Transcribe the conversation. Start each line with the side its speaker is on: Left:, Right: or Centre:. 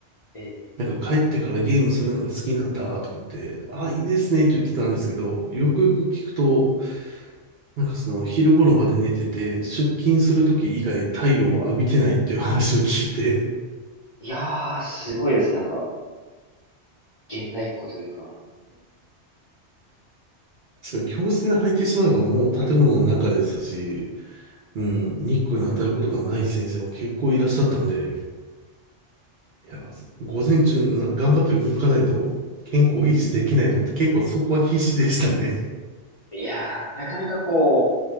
Left: ええ、
Right: なんか帰ってからゲームするのが好きなんだとか言って、ああ、いいですねって言ってたんですけど、よくよく聞くと、
Left: ええ
Right: なんかその昼頃まで寝てて、出勤する時以外太陽を浴びてないっていう話を聞いて、
Left: いやー、すごいです。なんか、現代っ子というか。
Right: そう強靭に入ってしまえばもう建物の中ですし、うん、
Left: え
Right: 日光に当たることがない先生も結構いらっしゃったんで、いや、午前中な頑張って動かないと健康維持できないと思って結構そこは必死でしたね。
Left: え、いやー、なかなかこ